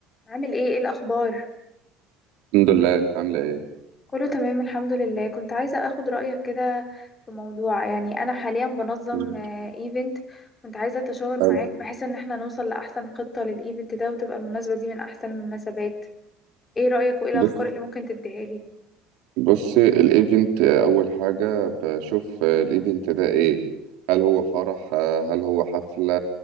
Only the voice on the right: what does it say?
الحمد لله انت عامله ايه
مم.
حلو
بص
بص الايفنت اول حاجة بشوف الايفنت ده ايه هل هو فرح هل هو حفلة